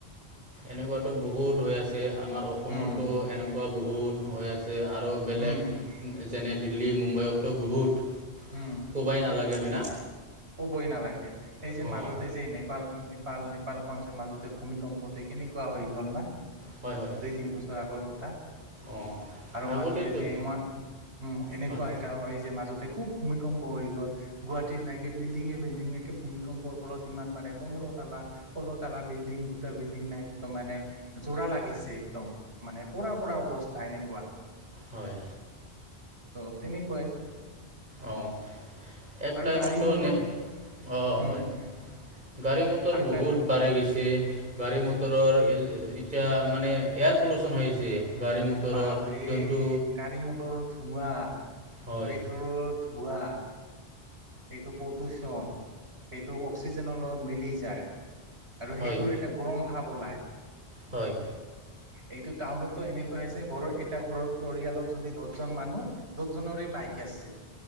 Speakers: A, on the right; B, on the right.
A: এনেকুৱাতো বহুত হৈ আছে আমাৰ অসমতো
B: উম
A: এনেকুৱা বহুত হৈ আছে। আৰু বেলেগ
B: উম
A: যেনে দিল্লী মুম্বাইততো বহুত
B: উম
A: ক'বাই নালাগে হয় না।
B: কবই নালাগে সেই যে
A: অঁ
B: মাজতে যে নেপাল, নেপাল নেপাল খন যে মাজতে ভূমিকম্পতে কেনেকুৱা হৈ গল না
A: হয় হয়
B: দুই তিন বছৰ আগৰ কথা
A: অঁ
B: আৰু
A: আগতেতো
B: মাজতে যে, <unintelligible> উম এনেকুৱা
A: হয়
B: এটা হয় যে মাজতে খুব ভূমিকম্প হৈ গ'ল গুৱাহাটীত নাই বিল্ডিঙে, বিল্ডিঙে একে ভূমিকম্পৰ ফলত ইমান মানে পন্ধৰ তালা, ষো্ল তলা বিল্ডিং দুটা বিল্ডিং একদম মানে জোৰা লাগিছে, একদম মানে পোৰা পোৰা, অৱস্থা এনেকুৱা
A: হয়,
B: ত' তেনেকুৱাই।
A: আহ, এক
B: আৰু
A: টাইমতো
B: গাড়ী মটৰ
A: নে আহ',
B: উম
A: হয়। গাড়ী মটৰ
B: আৰু
A: বহুত
B: গাড়ী
A: বাঢ়ি গৈছে। গাড়ী মটৰৰ এতিয়া মানে এয়াৰ পলুচন হৈ আছে, গাড়ী মটৰৰ
B: বাপৰে
A: যোনটো
B: গাড়ী মটৰ ধোৱা,
A: হয়
B: পেট্ৰলৰ ধোৱা ৱাহ', এইটো প্ৰদূষণ, এইটো অক্সিজেনৰ লগত মিলি যায়। আৰু
A: হয়
B: সেইটোৰ
A: হয়
B: এটা গৰম ভাৱ ওলায়।
A: হয়',
B: এইটো টাউনতো এনেকুৱা হৈছে ঘৰৰ এটা ঘৰ পৰিয়ালত যদি দহজন মানুহ দছজনৰে বাইক আছে।